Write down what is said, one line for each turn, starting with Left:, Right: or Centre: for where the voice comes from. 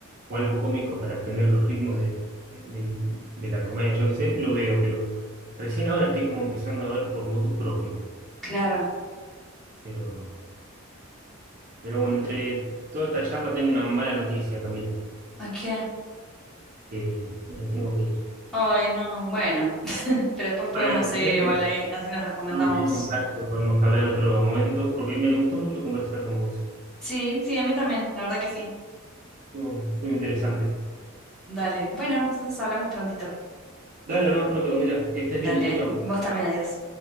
Right: o algo cómico para entender los ritmos de, de- del- de la comedia, yo qué sé, lo veo, pero recién ahora estoy como empezando a ver por motu propio.
Centre: claro.
Right: Eh, pero, pero bueno, entre toda esta charla tengo una mala noticia, Camila,
Centre: Ok.
Right: que me tengo que ir.
Centre: Ay, no, bueno, pero después podemos
Right: Bueno,
Centre: seguir
Right: pues tenemos,
Centre: igual ahí, así nos recomendamos.
Right: tenemos ahí contacto, podemos hablar otro momento, porque me gustó mucho conversar con vos.
Centre: Sí, sí, a mí también, la verdad que sí.
Right: Estuvo, estuvo interesante.
Centre: Dale, bueno, entonces hablamos prontito.
Right: Dale, hablamos pronto, Camila. Que estés
Centre: Dale,
Right: bien, chao, chao.
Centre: vos también, adiós.